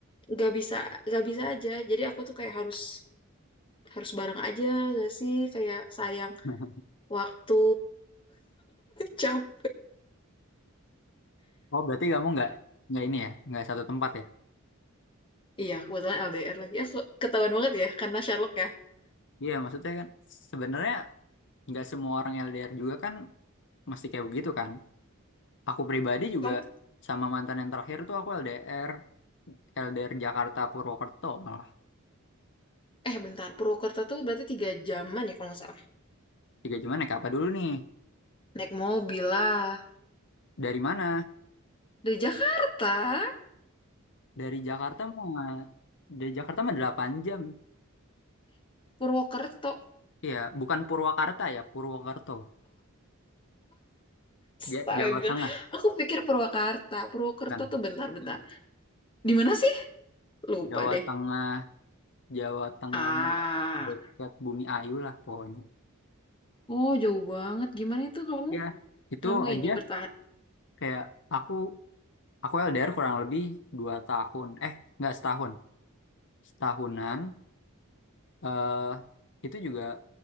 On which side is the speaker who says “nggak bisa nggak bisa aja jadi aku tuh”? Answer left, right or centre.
Left